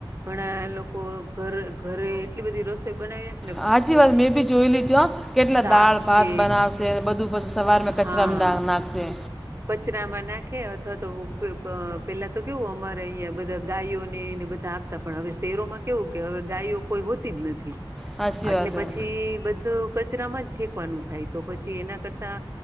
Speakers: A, on the right (about 30°); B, in the centre.
A: ઘણા લોકો ઘર ઘરે કેટલી બધી રસોઈ બનાવીને.
B: હાચી વાત મેં ભી જોઈ લજો કેટલા
A: શાક
B: દાળ ભાત
A: છે
B: બનાવ. તે બધું પાછું સવારમાં કચરામાં
A: હા
B: ડા નાખશે.
A: કચરામાં નાખે અથવા તો પ પેલા તો કેવું અમારે અહંયા બધા ગાયોનેને બધા આપ. પણ હવે શેરોમાં કેવું કે હવે ગાયો કોઈ હોતી જ નથી.
B: સાચી
A: એટલે
B: વાત
A: પછી
B: છે
A: બધું. કચરામાં જ ફેંકવાનું થાય તો પછી એના કરતા